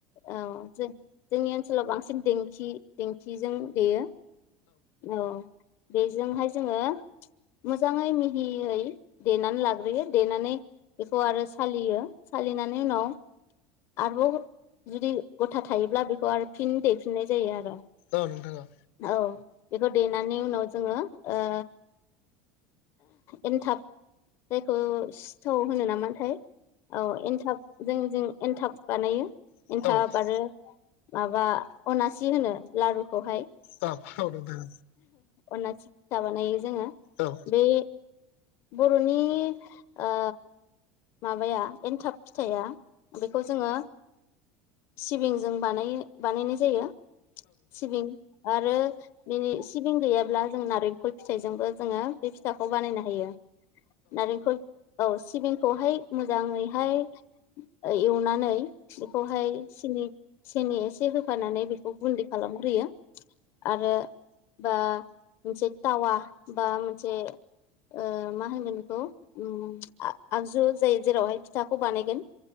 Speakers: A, on the left (about 45°); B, on the left (about 75°).
A: औ जों जोंनि ओनसोलाव बांसिन दिंखि दिंखिजों देयो औ बेजोंहाय जोंङो मोजाङै मिहियै देनानै लाग्रोयो देनानै बेखौ आरो सालियो सालिनानै उनाव आरोबाव जुदि गथा थायोब्ला बेखौ आरो फिन देफिननाय जायो आरो।
B: औ नोंथा औ
A: औ बेखौ देनानै उनाव जोंङो ओ एन्थाब जायखौ सिथाव होनो नामाथाय औ एनथाब जों जों एन्थाब बानायो
B: औ
A: एन्थाब
B: औ नोंथां औ औ
A: आरो माबा अनासि होनो लारुखौहाय
B: औ नोंथां
A: अनासि फिथा बानायो जोंङो
B: औ
A: बे बर'नि ओ माबाया एन्थाब फिथाया बेखौ जोंङो सिबिंजों बानायो बानायनाय जायो। सिबिं आरो बिनि सिबिं गैयाब्ला जों नारेंखल फिथाइजोंबो जोंङो बे फिथाखौ बानायनो हायो। नारेंखल औ सिबिंखौहाय मोजाङैहाय ओ एवनानै बेखौहाय सिनि सिनि एसे होफानानै बेखौ गुन्दै खालामग्रोयो आरो बा मोनसे टावा बा मोनसे ओ मा होनगोन बेखौ उम आ-आगजु जाय जेरावहाय फिथाखौ बानायगोन